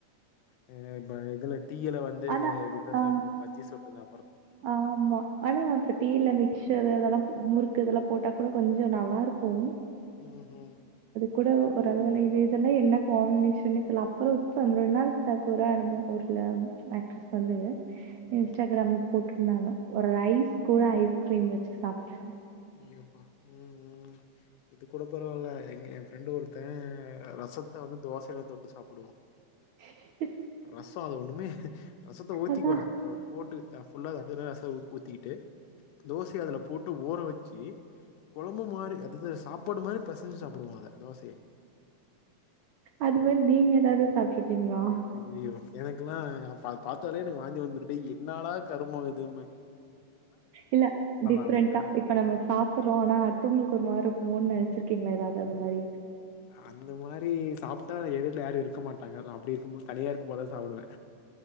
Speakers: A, on the left; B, on the right.
A: ஆ இப்ப இதுல டீயல வந்து
B: ஆனா
A: இத
B: ஆ
A: தொட்டு பஜ்ஜி தொட்டு சா
B: ஆமா ஆனா நா இப்ப டீயல மிக்சரு அதெல்லா முறுக்கு இதெல்லா போட்டா கூட கொஞ்ச நல்லா இரு இருக்கும்
A: உஹம் உம்
B: கூட ஓரளவுல இது இது இதெல்லா என்ன காம்பினேஷன்னே தெரில்ல அப்றோ இப்ப அந்த ரெண்டு நாள் <unintelligible> கூட என்னமோ ஊர்ல ஆக்ட்ரஸ் பண்றது
A: ம்
B: இன்ஸ்டாகிராம் போட்ருந்தாங்க ஒரு ரைஸ் கூட ஐஸ் க்ரீம் வச்சு சாப்றா
A: ஐயோ அப்பா உம் உம் இது கூட பரவால எங்க என் ஃப்ரெண்டு ஒருத்த ரசத்தா வந்து தோசையில தொட்டு சாப்டே புடியா
B: <unintelligible>
A: ரசோ அத ஒண்ணுமே ரசத்த ஊத்திக்குவோ
B: அதா
A: அப்ற போட்டு அ ஃபுல்லா அப்டியே ரச த்த உத்திகிட்டு தோசையா அதுல போட்டு ஓறவெக் ச்சி கொழம்பு மாரி அதுதா ஸ் சாப்பாடு மாரி பெசைஞ்சு சாப்பிடுவோ அத தோசைய
B: அது மாரி நீங்க ஏதாவது சாப்ட்ருக்கீங்களா?
A: ஐயயோ எனக்கெலா ஆ பா பாத்தாலே எனக்கு வாந்தி வந்துரு டேய் என்னடா கருமோ இதும்பே
B: இல்ல டிஃப்ரெண்டா
A: அப்படிம்பேன்.
B: இப்ப நம்ம சாப்புறோம் ஆனா அடுத்தவங்களுக்கு ஒரு மாரி ஓன்னா வெச்சிருக்கீங்களா ஏதாவது அது மாரி
A: அந்த மாரி சாப்டா எதுர்ல யாரு இருக்க மாட்டாங்க அது அப்டி இருக்கும்போது தனியா இருக்கும்போதுதா சாப்டுவே